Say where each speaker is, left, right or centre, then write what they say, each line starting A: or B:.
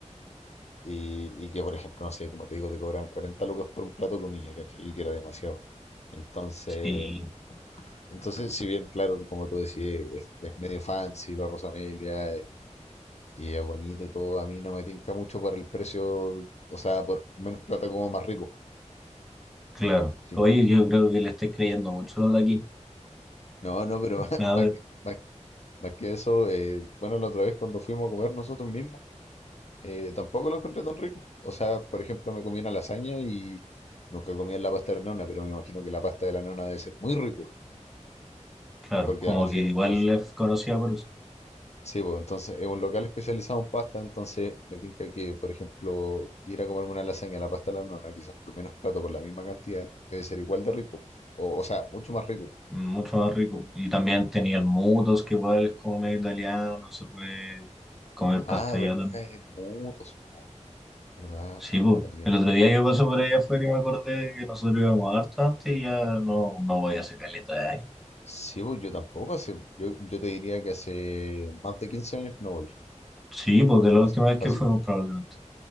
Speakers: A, on the left; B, in the centre.
A: <laughs> y, y que por ejemplo, no sé, como te digo, te cobraban 40 lucas por un plato de comida, ¿cachai? Y que era demasiado. Entonces,
B: <laughs> sí,
A: Entonces, si bien, claro, como tú decís, es, es medio fancy la Rosa Amelia y, y es bonito y todo, a mí no me tinca mucho por el precio, o sea, por menos plata como más rico.
B: claro.
A: Sí.
B: Oye, yo creo que le estoy creyendo mucho lo de aquí.
A: No, no, pero <laughs> más,
B: A
A: más
B: ver,
A: que- más- más que eso, eh, bueno, la otra vez cuando fuimos a comer nosotros mismos, eh, tampoco lo encontré tan rico. O sea, por ejemplo, me comí una lasaña y nunca comí la pasta de la nona, pero me imagino que la pasta de la nona debe ser muy rico,
B: claro,
A: porque
B: como
A: al
B: que
A: fin,
B: igual
A: al
B: es conocida por eso,
A: Sí, pues entonces es un local especializado en pasta, entonces me tinca que, por ejemplo, ir a comerme una lasaña a la pasta a la nona, quizás por menos plato, por la misma cantidad, debe ser igual de rico. O, o sea, mucho más rico.
B: mucho más rico. Y también tenía el Mutos, que igual es como medio italiano, se puede comer
A: Ah,
B: pasta allá
A: verdad,
B: también.
A: el Mutus, po, ¿verdad?
B: Sí, po.
A: También.
B: El otro día yo pasé por allá afuera y me acordé que nosotros íbamos harto antes y ya no, no voy a hacer caleta de años.
A: Sí, pues yo tampoco hace, yo, yo te diría que hace más de 15 años que no voy.
B: Sí, porque la
A: Fácil,
B: última vez que
A: fácil,
B: fuimos probablemente.